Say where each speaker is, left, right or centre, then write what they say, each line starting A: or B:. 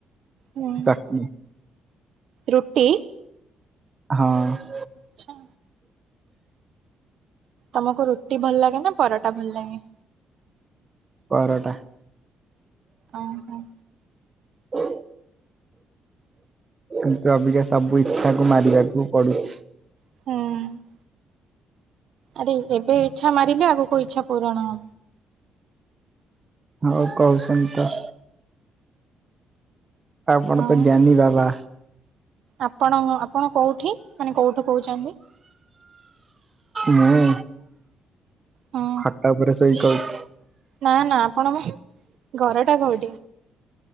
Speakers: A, on the right; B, on the right.
A: ହୁଁ
B: ଚଟଣି।
A: ରୁଟି?
B: ହଁ।
A: ଆଚ୍ଛା। ତମକୁ ରୁଟି ଭଲ ଲାଗେ ନା ପରଟା ଭଲ ଲାଗେ?
B: ପରଟା।
A: ଓହୋ।
B: ହ କିନ୍ତୁ ଅବିକା ସବୁ ଇଚ୍ଛା କୁ ମାରିବାକୁ ପଡୁଛି।
A: ହୁଁ। ଆରେ ଏବେ ଇଚ୍ଛା ମାରିଲେ ଆଗକୁ ଇଚ୍ଛା ପୂରଣ ହବ।
B: ହଉ କହୁଛନ୍ତି ତ। ଆପଣ
A: ହଁ।
B: ତ ଜ୍ଞାନୀ ବାବା।
A: ଆପଣ ଆପଣ କୋଉଠି ମାନେ କୋଉଠୁ କହୁଛନ୍ତି?
B: ମୁୁଁ
A: ହଁ
B: ଖଟ ଉପରେ ସୋଇ କହୁଛି।
A: ନା ନା ଆପଣ ଘର ଟା କୋଉଠି?